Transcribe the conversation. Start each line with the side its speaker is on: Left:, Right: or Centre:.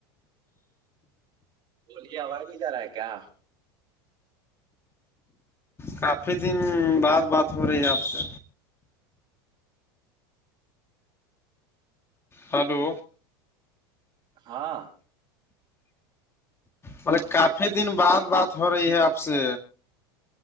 Right: بولیے آواز نہیں جا رہا ہے کیا
Left: کافی دن بعد بات ہو رہی ہے آپ سے ہلو
Right: ہاں
Left: مطلے کافی دن بعد
Right: جی
Left: بات ہو
Right: جی
Left: رہی ہے آپ سے